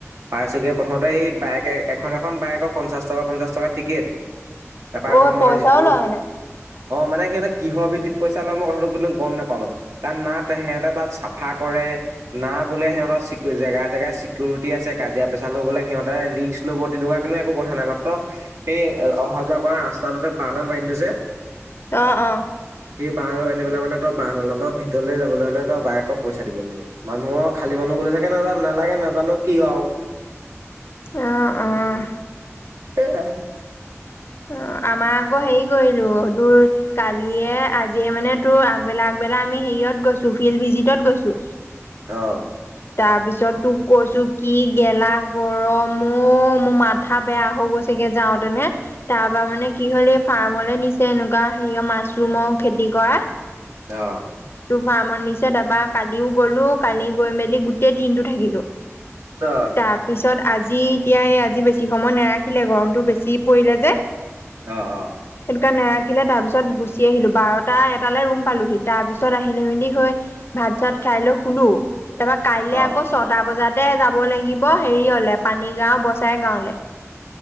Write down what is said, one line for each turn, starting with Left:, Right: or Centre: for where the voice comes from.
Right: পাইছোঁগে, প্ৰথমতে এই বাইকে এখন-এখন বাইকৰ পঞ্চাছ টকা, পঞ্চাশ টকা টিকেট। তাৰপা
Left: অ
Right: আকৌ
Left: পইচাও
Right: মই যিটো,
Left: লয় মানে
Right: অ মানে সিহঁতে কিহৰ ভিত্তিত পইচা লয় মই কথাটো বোলো গম নাপালো, কাৰণ না সিহঁতে তাত চাফা কৰে, না বোলে সিহঁতৰ চিকিৰ জেগা এটা জেগাত চিকিউৰিটি আছে, কাজিয়া পেচাল হ'বলে সিহঁতে ৰিক্স ল'ব, তেনেকুৱা কিন্তু একো কথা নাই। মাত্ৰ সেই এই অহা যোৱা কৰা ৰাস্তাটোতে বাঁহডাল বান্ধি থইছে।
Left: অ-অ
Right: ই <unintelligible> আহি পেলাই মানে ত বাহিৰৰ পৰা ভিতৰলে যাবলৈ হ'লে তই বাইকৰ পইচা দিব লাগিব, মানুহৰ খালী মানুহ গ'লে সেই নাজানো। নালাগে, নাজানো কি আৰু
Left: অহ-অহ
Right: সেইয়াই
Left: অ আমাৰ আকৌ হেৰি কৰিলো, তোৰ কালিয়ে, আজিয়ে মানে তোৰ আগবেলা-আগবেলা আমি হেই হেৰিয়ত গৈছো, ফিল্ড ভিজিটত গৈছো।
Right: অ'হ
Left: তাৰপিছত তোক কৈছো, কি গেলা গৰম অ, মোৰ মাথা বেয়া হৈ গৈছে। তাকে যাওঁ তেনে। তাৰ পৰা মানে কি হ'ল এই ফাৰ্মলে নিছে, এনেকুৱা হেৰিয় মাছৰুমৰ খেতি কৰা
Right: অ'হ
Left: সেইটো ফাৰ্মত নিছে, তাৰপা কালিও গ'লো, কালি গৈ মেলি গোটেই দিনটো থাকিলো।
Right: অ
Left: তাৰপিছত আজি এতিয়া এই আজি বেছি সময় নাৰাখিলে, গৰমতো বেছি পৰিলে যে।
Right: আহ-আহ
Left: তাত নেৰাখিলে তাৰ পিছত গুচি আহিলো, বাৰটা, এটালে ৰুম পালোহি, তাৰ পিছত আহিলোঁ ৰেলি হৈ ভাত-চাত খাই লৈ শুলো, তাৰপা কাইলে
Right: অ অ
Left: আকৌ ছয়টা বজাতে যাব। যাব লাগিব, হেৰিয়লে পানীগাওঁ, বচাই গাওঁলে।